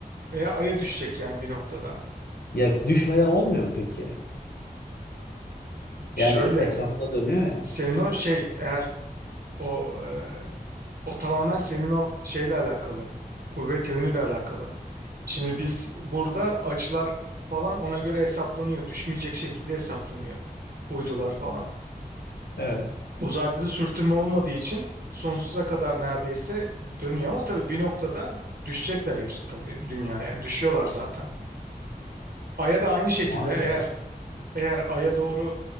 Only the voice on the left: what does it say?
Ya düşmeden olmuyor mu peki?
Yani etrafında dönüyor ya.
Evet.
Vay
be.